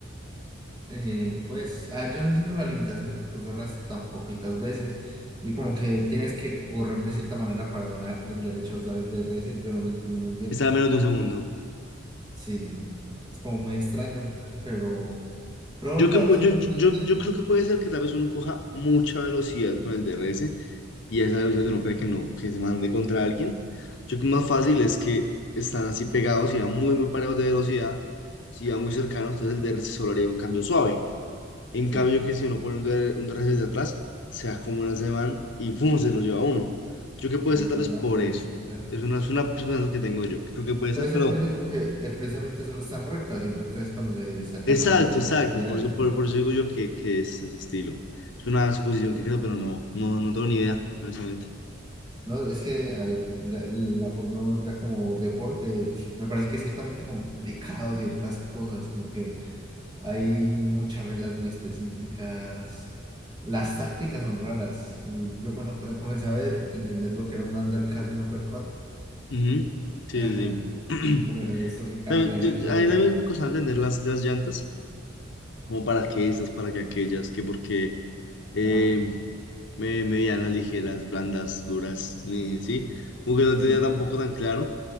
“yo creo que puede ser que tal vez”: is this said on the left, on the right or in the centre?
Left